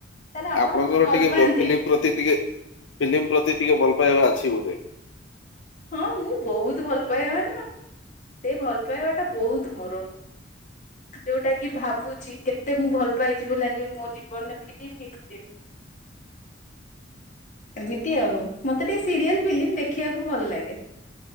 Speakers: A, on the left; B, on the left.
A: ତାହେଲେ ଆପଣ
B: ଆପଣଙ୍କର
A: ବହୁତ ଭଲ
B: ଟିକେ
A: ପାଆନ୍ତି
B: ଫିଲ୍ମ ପ୍ରତି ଟିକେ ଫିଲ୍ମ ପ୍ରତି ଟିକେ ଭଲ ବା ଅଛି ବୋଧେ
A: ହଁ ମୁଁ ବହୁତ ଭଲ ପାଏ ମ ନା ସେ ଭଲ ପାଇବା ଟା ବହୁତ ମୋର ଯୋଉଟା କି ଭାବୁଛି କେତେ ମୁଁ ଭଲ ପାଇଛି, ବୋଲି ଆଜି ମୋ ଜୀବନରେ ଫିଲ୍ମ ହିଁ ଫିଲ୍ମ। ଏମିତି ଆଉ ମତେ ଟିକେ ସିରିଏଲ ଫିଲ୍ମ ଦେଖିବାକୁ ଭଲ ଲାଗେ।